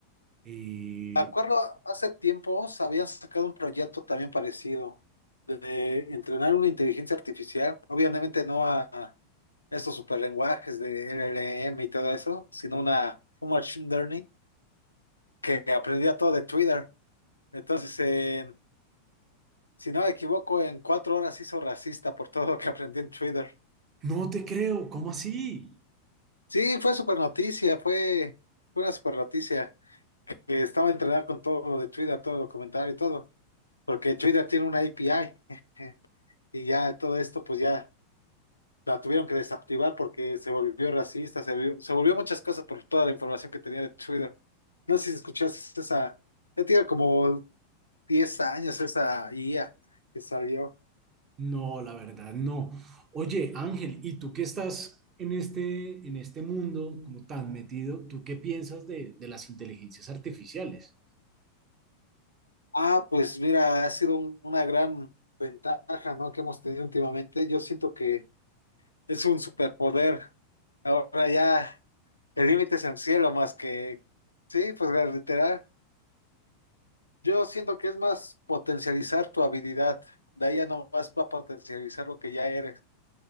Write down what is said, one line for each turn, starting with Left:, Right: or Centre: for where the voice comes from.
Right: Eh,
Left: Me acuerdo, hace tiempo se habían sacado un proyecto también parecido de entrenar una inteligencia artificial, obviamente no a, a estos superlenguajes de LLM y todo eso, sino una un machine learning que aprendía todo de Twitter. Entonces, en- si no me equivoco, en cuatro horas hizo racista por todo lo que aprendí en Twitter.
Right: no te creo, ¿cómo así?
Left: Sí, fue super noticia, fue, fue una super noticia. que Estaba entrenada con todo lo de Twitter, todo el comentario y todo, porque Twitter tiene una API. <laughs> Y ya todo esto, pues ya la tuvieron que desactivar porque se volvió racista, se volvió, se volvió muchas cosas por toda la información que tenía de Twitter. No sé si escuchaste esa, ya tiene como 10 años esa IA que salió.
Right: No, la verdad, no. Oye, Ángel, ¿y tú que estás en este, en este mundo como tan metido, tú qué piensas de, de las inteligencias artificiales?
Left: Ah, pues mira, ha sido un- una gran ventaja, ¿no? que hemos tenido últimamente. Yo siento que es un superpoder. Ahora ya el límite es el cielo más que, sí, pues literal. Yo siento que es más potencializar tu habilidad. De ahí ya nomás va a potencializar lo que ya eres.